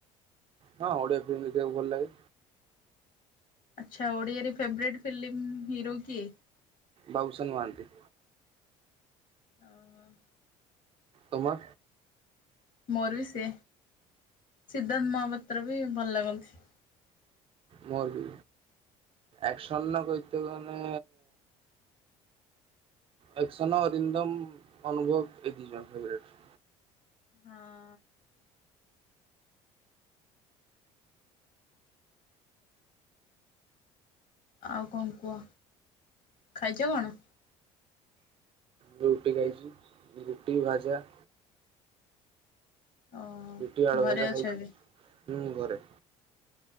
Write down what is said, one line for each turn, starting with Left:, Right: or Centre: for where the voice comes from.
Right: ହଁ, ଓଡିଆ ଫିଲ୍ମ ଦେଖିବାକୁ ଭଲ ଲାଗେ।
Left: ଆଚ୍ଛା, ଓଡ଼ିଆରେ ଫେବରେଟ୍ ଫିଲ୍ମି ହିରୋ କିଏ?
Right: ବାବୁଶାନ୍ ମହାନ୍ତି।
Left: ଅ ହଁ।
Right: ତମା
Left: ମୋର ବି ସେ। ସିଦ୍ଧାର୍ଥ ମହାପାତ୍ର ବି ଭଲ ଲାଗନ୍ତି।
Right: ମରବି। ଆକ୍ସନ ନ କଇତେ ମାନେ ଆକ୍ସନ ଅରିନ୍ଦମ, ଅନୁଭବ ଏ ଦି ଜଣ ଫେଭ୍ ରେଟ୍।
Left: ହଁ। ଆଉ କଣ କୁହ, ଖାଇଚ କଣ?
Right: ରୁଟି ଖାଇଚି। ରୁଟି, ଭାଜା।
Left: ଓ
Right: ରୁଟି ଆଳୁ
Left: ଘରେ
Right: ଭଜା
Left: ଅଛ
Right: ଖାଇଚି।
Left: ଏବେ?
Right: ହୁଁ ଘରେ।